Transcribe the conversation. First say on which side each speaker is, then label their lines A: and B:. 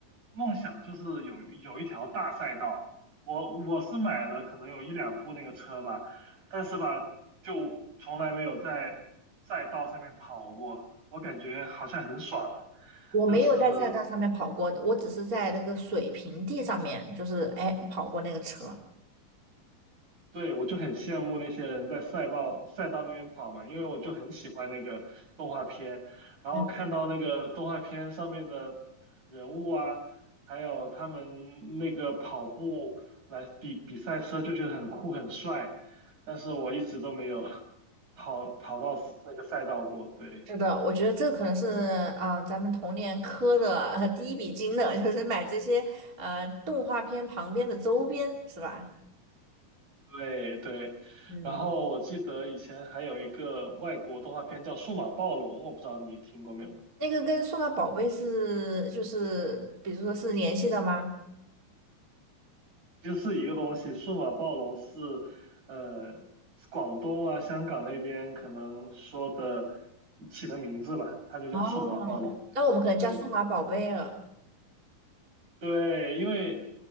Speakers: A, on the right; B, on the right.
A: 梦想就是有有一条大赛道，我我是买了可能有一两部那个车吧，但是吧，就从来没有在赛道上面跑过，我感觉好像很爽，
B: 我没有在赛道上面跑过，
A: 但是嗯
B: 我只是在那个水平地上面，就是哎跑过那个车。
A: 对，我就很羡慕那些人在赛道赛道那边跑嘛，因为我就很喜欢那个动画片，然后看到那个动画片上面的人物啊，
B: 嗯。
A: 还有他们那个跑步来比比赛车，就觉得很酷很帅，但是我一直都没有跑跑到那个赛道过，对
B: 是的，我觉得这可能是啊、呃咱们童年磕的、<laughs> 呃第一笔金的，<laughs> 就是买这些呃动画片旁边的周边，是吧？
A: 对对，
B: 嗯，
A: 然后我记得以前还有一个外国动画片叫《数码暴龙》，我不知道你听过没有。
B: 那个跟数码宝贝是就是比如说是联系的吗？
A: 就是一个东西，数码暴龙是，呃，广东啊、香港那边可能说的起的名字吧，它就叫数码暴龙。
B: 哦，那我们可能叫数码宝贝了，
A: 对对，因为